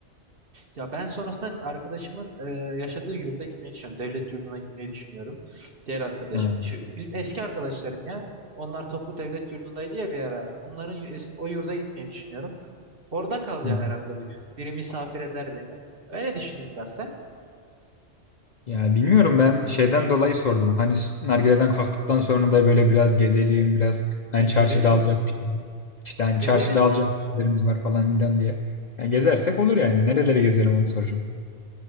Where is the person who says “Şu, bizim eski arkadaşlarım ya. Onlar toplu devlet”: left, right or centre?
Right